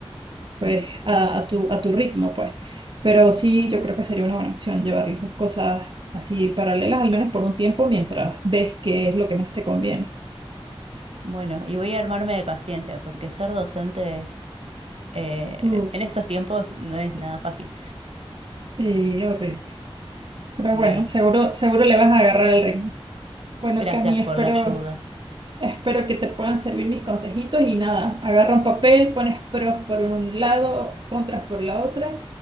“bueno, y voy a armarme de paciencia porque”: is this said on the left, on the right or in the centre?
Right